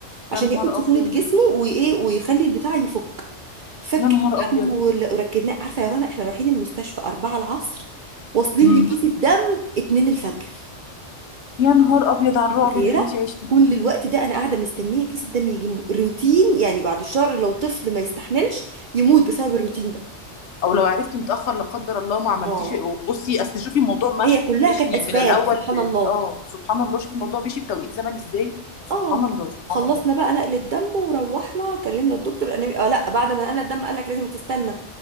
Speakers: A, on the right; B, on the left.
A: عشان
B: يا نهار
A: ياخد سخونة
B: أبيض
A: جسمه وايه ويخلي البتاع يفك فك
B: يا نهار أبيض
A: الدم وال- وركدناه عارفة يا رنا احنا رايحين المستشفى 4 العصر واصلين
B: أمم.
A: لكيس الدم 2 الفجر
B: يا نهار أبيض على
A: بخيرة
B: الرعب اللي أنت عشتي
A: كل
B: فيه
A: الوقت ده انا قاعده مستنيه كيس الدم يجي م- روتين يعني بعد الشهر لو طفل ما يستحملش يموت بسبب الروتين ده
B: او لو عرفتي متاخر لا قدر الله ما عملتيش
A: اه
B: بصي اصل شوفي الموضوع مش...
A: هي كلها
B: مشي
A: كانت اسباب
B: من الاول
A: سبحان
B: ب...
A: الله
B: اه سبحان الله شوفي الموضوع مشي بتوقيت زمني ازاي سبحان
A: اه
B: الله سبحان
A: خلصنا
B: الله
A: بقى نقل الدم وروحنا كلمنا الدكتور انا اه لا بعد ما نقلنا الدم قال لك لازم تستنى